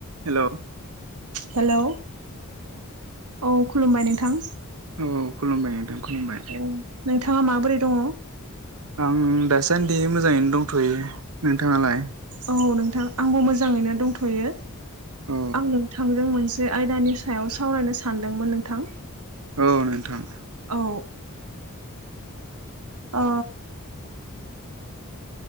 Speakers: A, on the right (about 70°); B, on the right (about 90°).
A: हेल' औ
B: हेलौ औ खुलुमबाय नोंथां
A: औ खुलुमबाय नोंथा खुलुमबाय
B: औ नोंथाङा माबोरै दङ
A: आं दासान्दि मोजाङैनो दंथयो नोंथाङालाय
B: औ नोंथां आंबो मोजाङैनो दंथयो
A: औ
B: आं नोंथांजों मोन से आयदानि सायाव सावरायनो सानदोंमोन नोंथां
A: औ नोंथां
B: औ अ